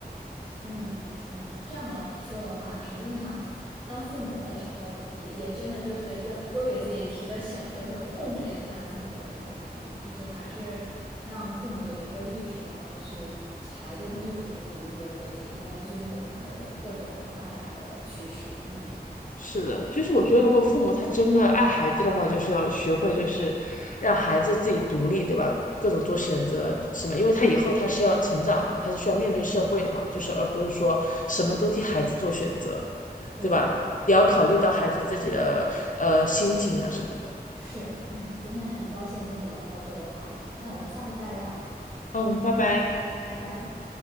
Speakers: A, on the right (about 30°); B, on the left (about 50°).
A: 嗯，哎呀，这样的说的话，实际上，当父母的时候也，也真的就是要多给自己提个醒，就是控制一下自己的控制欲，就是还是让父母有一个意识到，就是孩子他就是一个独立的个体，应该尊重他的各种发展的趋势。嗯，
B: 是的，就是我觉得，如果父母他真的爱孩子的话，就是要学会，就是让孩子自己独立，对吧？各种做选择什么，因为他以后他是要成长嘛，他是需要面对社会的嘛，就是而不是说什么都替孩子做选择，
A: 对，
B: 对吧？也要考虑到孩子自己的呃心情啊什么的。
A: 是，哎，今天很高兴跟你聊到这个话题，那我们下次再聊，
B: 嗯，拜拜。
A: 拜拜。